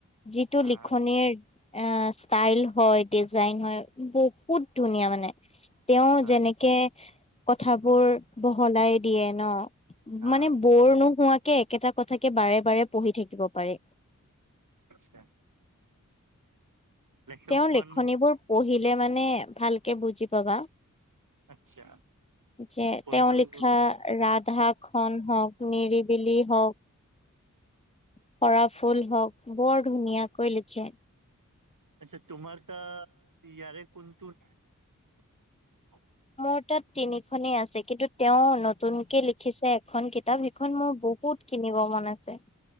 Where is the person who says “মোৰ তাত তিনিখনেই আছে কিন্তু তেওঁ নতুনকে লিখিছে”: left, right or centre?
Left